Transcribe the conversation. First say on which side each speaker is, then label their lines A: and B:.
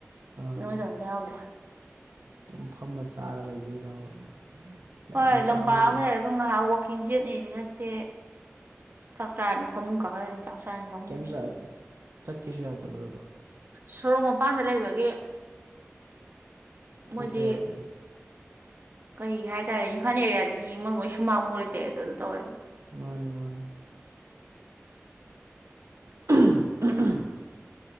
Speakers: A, on the right; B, on the right.
A: ꯑꯥ
B: ꯅꯣꯏꯗꯕꯝꯗ ꯌꯥꯎꯗꯦ
A: ꯑꯗꯨꯝ ꯐꯝꯃ ꯆꯥꯔ ꯂꯩꯕꯩꯔꯕ ꯌꯥꯝ
B: ꯍꯣꯏ
A: ꯌꯥꯝ ꯆꯥꯕꯩꯔ
B: ꯂꯝꯄꯥꯛ ꯑꯃ ꯂꯩꯔꯒ ꯉꯥꯏꯍꯥꯛ ꯋꯥꯛꯀꯤꯡ ꯆꯦꯠꯅꯤꯁꯨ ꯅꯠꯇꯦ ꯆꯥꯛ ꯆꯔꯥꯅꯤ ꯐꯃꯨꯡ ꯀꯥꯈꯠꯂꯅꯤ ꯆꯥꯛ ꯆꯥꯅꯤ ꯐꯃꯨꯡ
A: ꯀꯩꯝ ꯆꯠꯀꯦꯁꯨ ꯌꯥꯗꯕ꯭ꯔꯕ
B: ꯁꯣꯔꯣꯛ ꯃꯄꯥꯟꯗ ꯂꯩꯕꯒꯤ
A: ꯊꯣꯛꯀ
B: ꯃꯣꯏꯗꯤ
A: ꯌꯥꯗꯦ
B: ꯀꯩ ꯍꯥꯏꯇꯥꯔꯦ ꯏꯝꯐꯥꯜ ꯑꯦꯔꯤꯌꯥꯗꯤ ꯃꯣꯏ ꯃꯣꯏ ꯁꯨꯃꯥꯡ ꯕꯧ ꯂꯩꯇꯦꯗꯣ ꯑꯗꯨ ꯇꯧꯋꯦꯕ
A: ꯃꯥꯅꯦ ꯃꯥꯅꯦ <unintelligible>